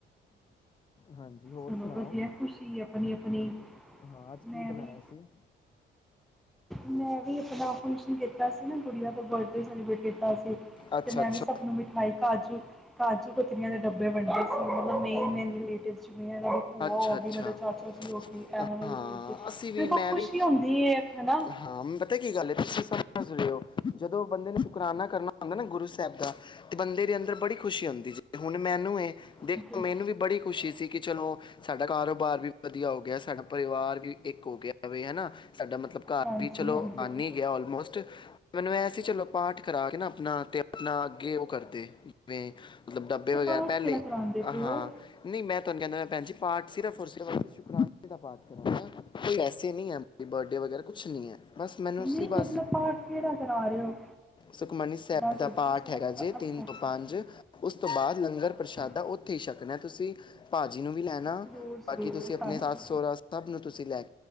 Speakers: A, on the left; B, in the centre.
A: ਹਾਂਜੀ ਹੋਰ
B: ਚਲੋ
A: ਸੁਣਾਓ
B: ਵਧੀਆ ਖੁਸ਼ੀ ਆਪਣੀ ਆਪਣੀ
A: ਹਾਂ ਅੱਜ ਕੀ
B: ਮੈਂ
A: ਬਣਾਇਆ
B: ਵੀ
A: ਸੀ?
B: ਮੈਂ ਵੀ ਆਪਣਾ ਫੰਕਸ਼ਨ ਕੀਤਾ ਸੀ ਨਾ ਗੁੜੀਆਂ ਦਾ ਬਰਡੇ ਸੈਲੀਬ੍ਰੇਟ ਕੀਤਾ ਸੀ।
A: ਅੱਛਾ
B: ਤੇ ਮੈਂ
A: ਅੱਛਾ
B: ਵੀ ਸਭ ਨੂੰ ਮਿਠਾਈ- ਕਾਜੂ ਕਾਜੂ ਕੁਤਲੀਆ ਦੇ ਡੱਬੇ ਵੰਡੇ ਸੀ ਮਤਲਬ ਮੇਨ- ਮੇਨ ਰਿਲੇਟਿਵਸ ਨੂੰ ਜਿਵੇਂ ਇਹਨਾਂ ਦੀ ਭੂਆ
A: ਅੱਛਾ
B: ਹੋ ਗਈ,
A: ਅੱਛਾ
B: ਇਹਨਾਂ ਦੇ ਚਾਚਾ ਜੀ ਹੋ ਗਏ, ਐਵੇ-
A: ਹਾਂ
B: ਐਵੇਂ
A: ਅਸੀਂ ਵੀ
B: ਦੇਖੋ
A: ਮੈਂ
B: ਖੁਸ਼ੀ
A: ਵੀ
B: ਹੁੰਦੀ ਏ ਹਟਾ।
A: ਹਾਂ ਪਤਾ ਕੀ ਗੱਲ ਏ ਤੁਸੀਂ ਸਮਝ ਰਹੇ ਹੋ ਜਦੋਂ ਬੰਦੇ ਨੂੰ ਸ਼ੁਕਰਾਨਾ ਕਰਨਾ ਹੁੰਦਾ ਨਾ ਗੁਰੂ ਸਾਹਿਬ ਦਾ ਤੇ ਬੰਦੇ ਦੇ ਅੰਦਰ ਬੜੀ ਖੁਸ਼ੀ ਹੁੰਦੀ ਜੇ ਹੁਣ ਮੈਨੂੰ ਏ
B: ਬਿਲਕੁਲ
A: ਦੇਖੋ ਮੈਨੂੰ ਵੀ ਬੜੀ। ਖੁਸ਼ੀ ਸੀ ਕਿ ਚਲੋ ਸਾਡਾ ਕਾਰੋਬਾਰ ਵੀ ਵਧੀਆ ਹੋ ਗਿਆ ਸਾਡਾ ਪਰਿਵਾਰ ਵੀ ਇੱਕ ਹੋ ਗਿਆਵੇ ਹਨਾ ਸਾਡਾ ਮਤਲਬ ਘਰ
B: ਹਾਂਜੀ
A: ਵੀ ਚਲੋ
B: ਹਾਂਜੀ
A: ਬਨ
B: ਅੱਛਾ
A: ਹੀ ਗਿਆ ਓਲਮੋਸਟ ਮੈਨੂੰ ਐ ਸੀ ਚਲੋ ਪਾਠ ਕਰਾ ਕੇ ਨਾ ਆਪਣਾ ਤੇ ਆਪਣਾ ਅੱਗੇ ਉਹ ਕਰਦੇ ਜਿਵੇਂ ਮਤਲਬ ਡੱਬੇ ਵਗੈਰਾ
B: ਪਾਠ
A: ਪਹਿਲੇ
B: ਕਿਹੜਾ ਕਰਾਉਂਦੇ ਪਏ
A: ਹਾਂ
B: ਹੋ
A: ਨਹੀਂ ਮੈਂ ਤੁਹਾਨੂੰ ਕਹਿੰਦਾ ਮ ਪੈਣਜੀ ਪਾਠ ਸਿਰਫ ਓਰ ਸਿਰਫ ਅਸੀ ਸ਼ੁਕਰਾਂਨੇ ਦਾ ਪਾਠ ਕਰਾਂਗੇ ਕੋਈ ਵੈਸੇ ਨੀ ਹੈ ਬਰਡੇ ਵਗੈਰਾ ਕੁਛ ਨੀ ਹੈ ਬਸ ਮੈਨੂੰ
B: ਨਹੀਂ
A: ਸ ਬਸ
B: ਮਤਲਬ ਪਾਠ ਕਿਹੜਾ ਕਰਾ ਰਹੇ ਹੋ
A: ਸੁਖਮਨੀ ਸਾਹਿਬ
B: ਜਪਜੀ
A: ਦਾ ਪਾਠ
B: ਸਾਹਿਬ
A: ਹੈਗਾ, ਜੇ
B: ਦਾ
A: ਤਿੰਨ
B: ਅੱਛਾ
A: ਤੋਂ
B: ਅੱਛਾ
A: ਪੰਜ
B: ਅੱਛਾ
A: ਉਸ ਤੋਂ ਬਾਅਦ ਲੰਗਰ
B: ਅੱਛਾ
A: ਪ੍ਰਸ਼ਾਦਾ ਉੱਥੇ ਹੀ ਛਕਣਾ ਤੁਸੀਂ ਭਾਜੀ ਨੂੰ ਵੀ ਲੈਣਾ
B: ਅੱਛਾ ਜ਼ਰੂਰ ਜ਼ਰੂਰ
A: ਬਾਕੀ ਤੁਸੀਂ ਆਪਣੇ
B: ਹਾਂਜੀ
A: ਸੱਸ ਸਹਰਾ ਸਭ ਨੂੰ ਤੁਸੀਂ ਲੈ